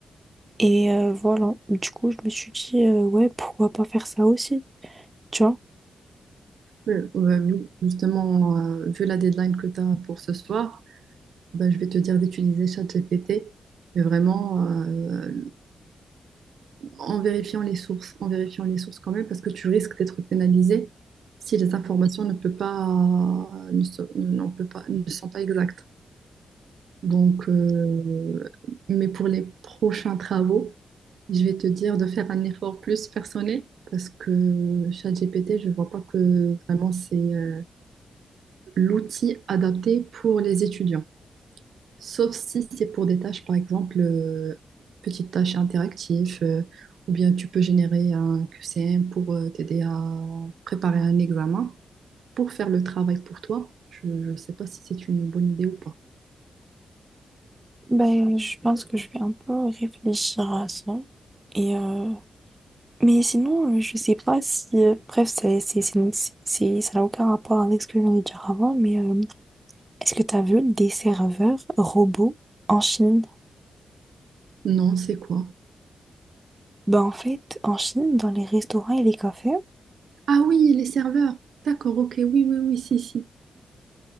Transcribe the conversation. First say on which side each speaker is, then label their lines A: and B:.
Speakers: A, on the right (about 20°); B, on the right (about 80°).
A: Et euh, voilà, du coup, je me suis dit euh, ouais, pourquoi pas faire ça aussi, tu vois?
B: Euh, ouais, oui, justement, euh, vu la deadline que tu as pour ce soir, ben, je vais te dire d'utiliser ChatGPT. Mais vraiment, euh, en vérifiant les sources, en vérifiant les sources quand même, parce que tu risques d'être pénalisé si les informations ne peut pas, ne, sont- ne- n'en peut pas, ne sont pas exactes. Donc, euh, mais pour les prochains travaux, je vais te dire de faire un effort plus personnel parce que ChatGPT, je vois pas que vraiment c'est euh, l'outil adapté pour les étudiants. Sauf si c'est pour des tâches, par exemple, euh, petites tâches interactives, euh, ou bien tu peux générer un QCM pour euh, t'aider à préparer un examen, pour faire le travail pour toi. Je ne sais pas si c'est une bonne idée ou pas.
A: Ben, je pense que je vais un peu réfléchir à ça. Et euh, Mais sinon, euh, je sais pas si... euh, Bref, c'est, c'est, c'est, c'est- ça n'a aucun rapport avec ce que je viens de dire avant, mais euh, est-ce que tu as vu des serveurs robots en Chine?
B: Non, c'est quoi?
A: Ben, en fait, en Chine, dans les restaurants et les cafés,
B: Ah oui, les serveurs. D'accord, ok, oui, oui, oui, si, si.